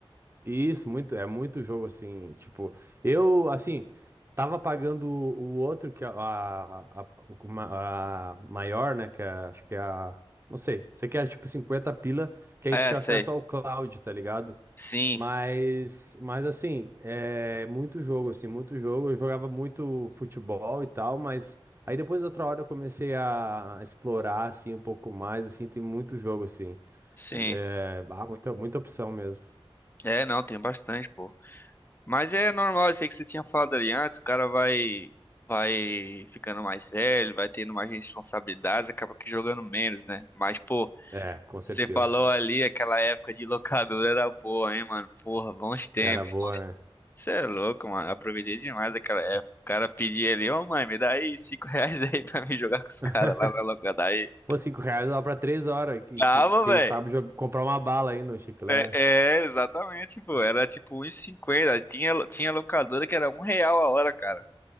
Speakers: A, on the right; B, on the left.
A: Isso, muito, é muito jogo assim, tipo, eu, assim, tava pagando o outro, que é a, a, a- uma- a maior, né, que é, acho que é a, não sei, você quer tipo 50 pila, que
B: É,
A: aí tu tinha
B: sei.
A: acesso ao cloud, tá ligado?
B: Sim,
A: Mas, mas assim, é muito jogo, assim, muito jogo, eu jogava muito futebol e tal, mas aí depois outra hora eu comecei a explorar, assim, um pouco mais, assim, tem muito jogo, assim,
B: sim.
A: é, bah, muita, muita opção mesmo.
B: É, não, tem bastante, pô. Mas é normal, isso aí que você tinha falado ali antes, o cara vai, vai ficando mais velho, vai tendo mais responsabilidades, acaba que jogando menos, né? Mas, pô.
A: É, com
B: Você
A: certeza.
B: falou ali, aquela época de locadora era boa, hein, mano? Porra, bons tempos.
A: Era boa,
B: bons-
A: né?
B: Você é louco, mano. Eu aproveitei demais aquela época. O cara pedia ali, ô mãe, me dá aí cinco <laughs> reais aí pra me jogar com os caras
A: <laughs>
B: lá na locadora. Aí,
A: Pô, cinco reais dava pra três horas. Que,
B: dava,
A: que, quem
B: velho.
A: sabe joga- comprar uma bala ainda, um chiclete.
B: É, é, exatamente, pô. Era tipo um e cinquenta Tinha, tinha locadora que era um real a hora, cara.